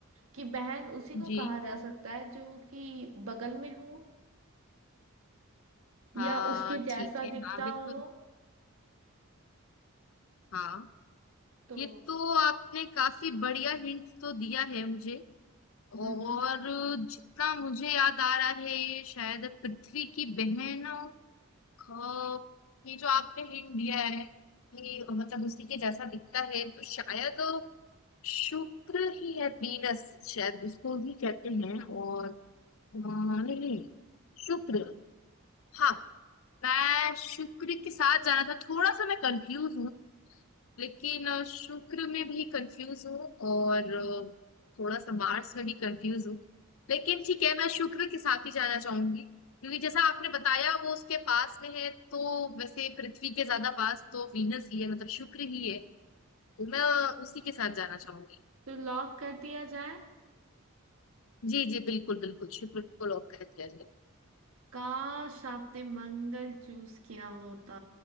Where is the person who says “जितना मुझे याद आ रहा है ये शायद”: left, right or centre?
Left